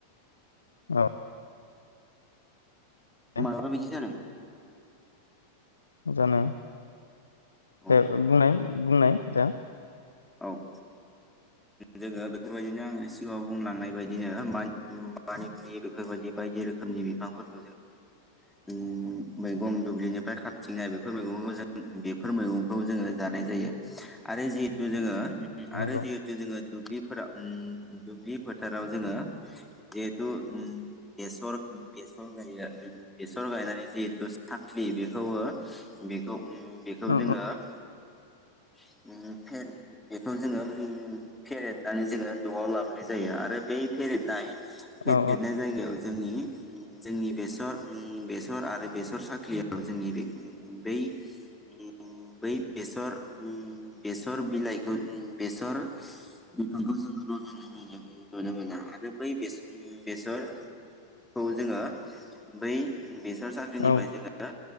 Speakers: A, on the left (about 75°); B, in the centre.
A: औ। दे
B: मालाबा बिदि जादों।
A: जानो दे
B: औ
A: ओ बुंनाय बुंनाय दा।
B: औ ओम जोङो बेफोरबायदिनो आङो सिगाङाव बुंलांनाय बायदिनो मानि ओ मानिमुनि बेफोरबायदि बायदि रोखोमनि बिफांफोरखौ जों ओम मैगं दुब्लिनिफ्राय खाथिंनाय बेफोर मैगंखौ जों बेफोर मैगंखौ जोङो जानाय जायो आरो जि जि जोङो आरो
A: नंगौ
B: जिहेथु दुल्बि फोराव ओम दुब्लि फोथाराव जोङो जिहेथु ओम बेसर बेसर गायो। बेसर गायनानै जिहेथु साखलि बेखौबो बेखौ ओम बेखौ
A: औ
B: जोङो ओम फेर बेखौ जोङो फेरेदनानै जोङो नआव लाबोनाय जायो आरो बै फेरेदनाय <unintelligible>
A: औ
B: जोंनि ओम जोंनि बेसर ओम बेसर आरो बेसर साख्लियाव जोंनि बै ओम बै बेसर ओम बेसर बिलाइखौ ओम बेसर बिफांखौ जोङो रजनाय नुनो मोनो। आरो बै बेस-बेसरखौ जोङो बै बेसर साख्लिनिफ्राय
A: औ
B: जोङो